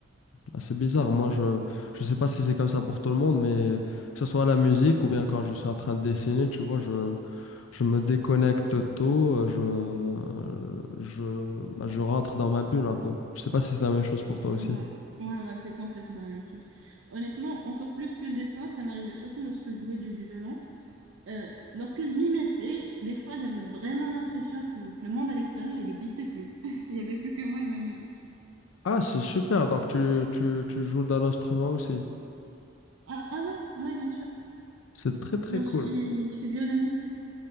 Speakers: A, on the left; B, on the right.
A: assez bizarre moi je je sais pas si c'est comme ça pour tout le monde mais que ce soit la musique ou bien quand je suis en train de dessiner tu vois je je me déconnecte tôt euh, je je ben, je rentre dans ma bulle un peu je sais pas si c'est la même chose pour toi
B: Ouais,
A: aussi
B: Ouais, ouais, c'est complètement la même chose. Honnêtement, encore plus que le dessin, ça m'arrivait surtout lorsque je jouais du violon. Euh, lorsque je m'y mettais, des fois, j'avais vraiment l'impression que, que le monde à l'extérieur, il n'existait plus. <laughs> Il n'y avait plus que moi et ma musique.
A: ah c'est super donc tu tu tu joues dans l'instrument aussi
B: Ah, ah ouais, ouais, bien sûr.
A: c'est très très
B: Genre,
A: cool
B: je suis, je suis violoniste.